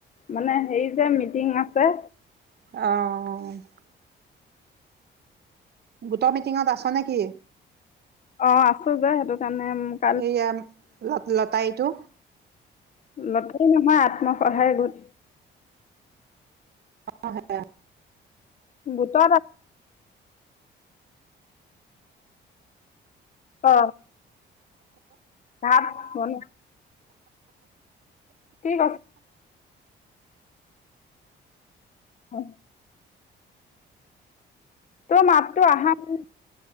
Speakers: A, on the left; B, on the right.
A: মানে হেৰি যে মিটিং আছে।
B: অঁ হহহ গোটৰ মিটিঙত আছ নেকি?
A: অঁ আছো যে সেইটো কাৰণে মোক।
B: এইয়া ল লতাইটো।
A: লতাই নহয় আত্মসহায় গোট।
B: অ হয়।
A: গোটত। অ। তাত বন। ঠিক আছে। হয়। তোৰ মাত টো আহা নায়?